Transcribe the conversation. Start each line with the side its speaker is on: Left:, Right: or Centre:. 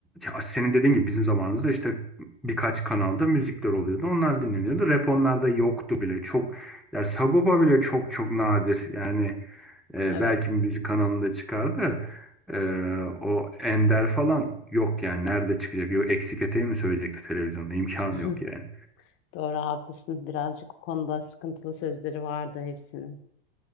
Centre: ya senin dediğin gibi bizim zamanımızda işte birkaç kanalda müzikler oluyordu. Onlar dinleniyordu. Rap onlarda yoktu bile. Çok ya Sagopa bile çok çok nadir. Yani e,
Left: Evet.
Centre: belki bir müzik kanalında çıkardı. E, o Ender falan yok yani. Nerede çıkacak? Yok, eksik eteği mi söyleyecekti televizyonda? İmkanı
Left: <laughs>
Centre: yok yani.
Left: Doğru haklısın. Birazcık bu konuda sıkıntılı sözleri vardı hepsinin.